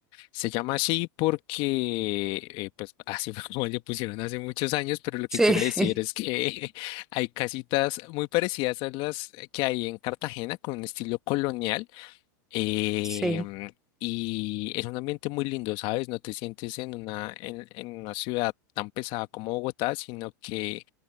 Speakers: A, on the left; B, in the centre.
A: Se llama así porque, eh, pues <laughs> así fue como le pusieron hace muchos años, pero lo que
B: Sí,
A: quiero decir es
B: <laughs>
A: que <laughs> hay casitas muy parecidas a las que hay en Cartagena con un estilo colonial Em,
B: Sí.
A: y es un ambiente muy lindo, ¿sabes? No te sientes en una, en, en una ciudad tan pesada como Bogotá, sino que